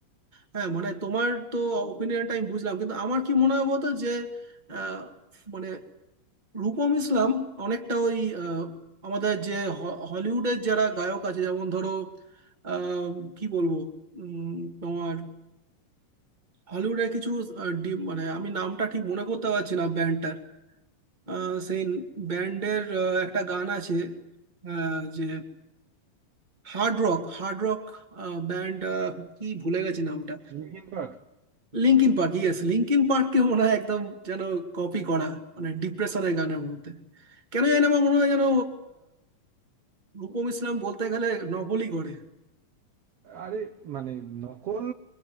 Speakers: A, on the right; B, on the right.
A: হ্যাঁ মানে তোমার তো ওপিনিয়নটা আমি বুঝলাম কিন্তু আমার কি মনে হয় বলতো যে আহ, মানে রূপম ইসলাম অনেকটা ওই আহ, আমাদের যে হ- হলিউডের যারা গায়ক আছে যেমন ধরো আহ, কি বলবো উম, তোমার হলিউডের কিছু আহ, ডি- মানে আমি নামটা ঠিক মনে করতে পারছি না ব্যান্ডটার আহ, সেই ব্যান্ডের একটা গান আছে আহ, যে hard rock hard rock band কি ভুলে গেছি নামটা
B: নিখিল পাঠ
A: লিঙ্কিন পার্ক ইয়েস লিঙ্কিন পার্ককে মনে হয় একদম যেন কপি করা মানে ডিপ্রেশনের গানের মধ্যে কেন জানি না আমার মনে হয় যেন রূপম ইসলাম বলতে গেলে নভেলই করে
B: আরে মানে নকল